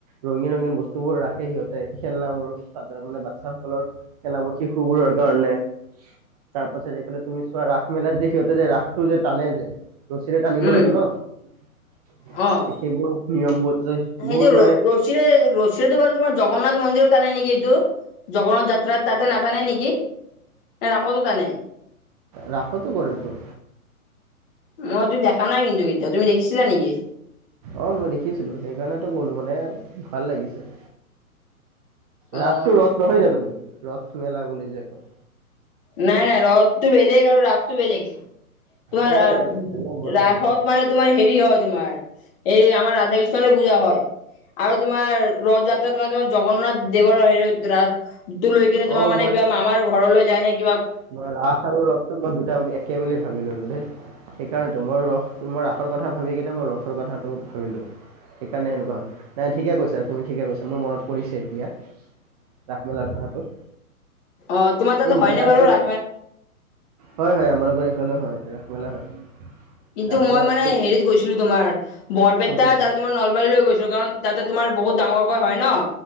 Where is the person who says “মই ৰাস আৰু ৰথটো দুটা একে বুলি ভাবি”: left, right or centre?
Right